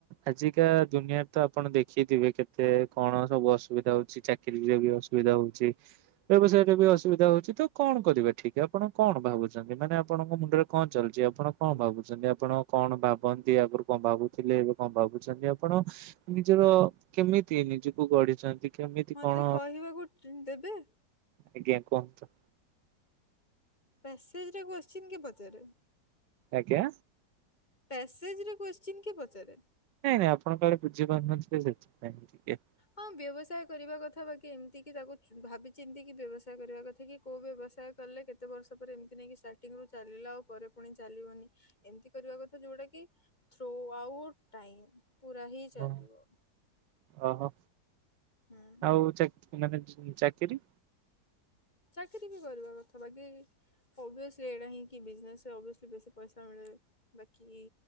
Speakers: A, on the right; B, on the left.
A: ଆଜିକା ଦୁନିଆରେ ତ ଆପଣ ଦେଖିଥିବେ କେତେ କଣ ସବୁ ଅସୁବିଧା ହଉଛି ଚାକିରିରେ ବି ଅସୁବିଧା ହଉଛି ବ୍ୟବସାୟରେ ବି ଅସୁବିଧା ହଉଛି ତ କଣ କଣ କରିବା ଠିକ ଆପଣ କଣ ଭାବୁଛନ୍ତି ମାନେ ଆପଣଙ୍କ ମୁଣ୍ଡରେ କଣ ଚାଲିଛି ଆପଣ କଣ ଭାବୁଛନ୍ତି ଆପଣ କଣ ଣ ଭାବନ୍ତି ଆଗରୁ କଣ ଭାବୁଥିଲେ ଏବେ କଣ ଭାବୁଛନ୍ତି ଆପଣ ନିଜର କେମିତି ତି ନିଜକୁ ଗଢିଛନ୍ତି। କେମିତି
B: ମତେ
A: କଣ
B: କହିବାକୁ ଦେବେ।
A: ଆଜ୍ଞା କୁହନ୍ତୁ।
B: ପାସେଜ ରେ କୁଶଚିନ କିଏ ପଚାରେ।
A: ଆଜ୍ଞା।
B: ପ୍ୟାସେଜରେ କୁସ୍ଚିନ କିଏ ପଚାରେ।
A: ନାଇଁ ନାଇଁ ଆପଣ କାଲେ ବୁଝିପାରୁନଥିବେ ସେଥିପାଇଁ ଟିକେ
B: ହଁ ବ୍ୟବସାୟ କରିବା କଥା ବାକି ଏମିତି କି ତାକୁ ଭାବିଚିନ୍ତି କି ବ୍ୟବସାୟ କରିବା କଥା କି କୋଉ ବ୍ୟବସାୟ କଲେ କେତେ ବର୍ଷ ପରେ ଏମିତି ନାଇକି ଷ୍ଟାର୍ଟିଂ ରୁ ଚାଲ ପରେ ପୁଣି ଚାଲିବନି ଏମିତି କରିବା କଥା ଯୋଉଟା କି ଥ୍ରୁ ଆଉଟ ଟାଇମ ପୁରା ହିଁ ଚାଲିବ।
A: ହଁ ଓହୋ
B: ହୁଁ।
A: ଆଉ ଚାକ ମାନେ ଚାକିରି।
B: ଚାକିରୀ ବି କରିବା କଥା ବାକି ଓବି୍ୟସଲୀ ଏଇଡା ହିଁ କି ବିଜନେସ ରେ ଅବି୍ୟସଲୀ ବେଶୀ ପଇସା ମିଳେ ବାକି